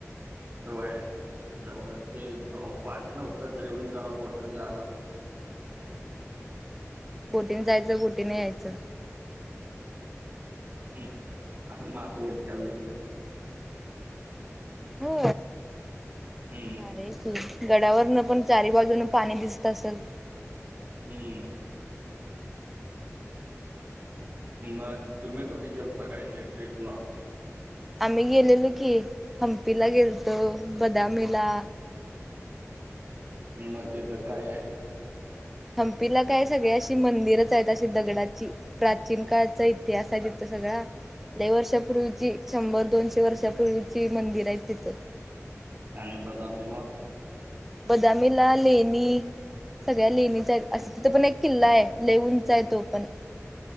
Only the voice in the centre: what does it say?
बोटीन जायचं, बोटीन यायचं.
हो
भारी! गडावर न पण चारी बाजून पाणी दिसत असल.
आम्ही गेलेलो की हंम्मपीला गेलतो बदामीला.
हंम्मपीला काय सगळी अशी मंदिरच आहेत, अशी दगडाची. प्राचीन काळचा इतिहास आहे तिथ सगळा. लयी वर्षा पूर्वीची, शंभर दोनशे वर्षापूर्वीची मंदिर आहे तीत.
बदामीला ला लेनी. सगळ्या लेणीच आहेत, असं तिथं पण एक किल्ला आहे, लय उंच आहे तो पण.